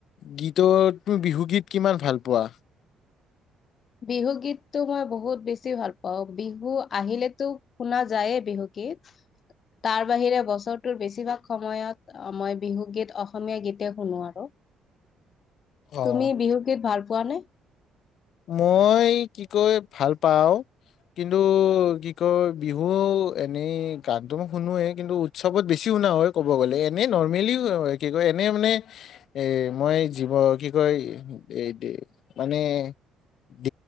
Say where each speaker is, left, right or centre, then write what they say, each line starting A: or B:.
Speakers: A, on the left; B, on the left.
A: গীতৰ তুমি বিহুগীত কিমান ভাল পোৱা?
B: বিহুগীততটো মই বহুত বেছি ভাল পাওঁ। বিহু আহিলেতো শুনা যায়েই বিহুগীত, তাৰ বাহিৰে বছৰটোৰ বেছিভাগ সময়ত মই বিহুগীত অসমীয়া, গীতে শুনো আৰু। তুমি
A: অ
B: বিহু গীত ভাল পোৱা নে?
A: মই কি কয় ভাল পাওঁ কিন্তু কি কয় বিহু এনেই গানটো মই শুনোৱেই কিন্তু উৎসৱত বেছি শুনা হয় ক'ব গ'লে। এনে নৰ্মেলি অহ, কি কয় এনে মানে এ মই জীৱ কি কয় <unintelligible> মানে দ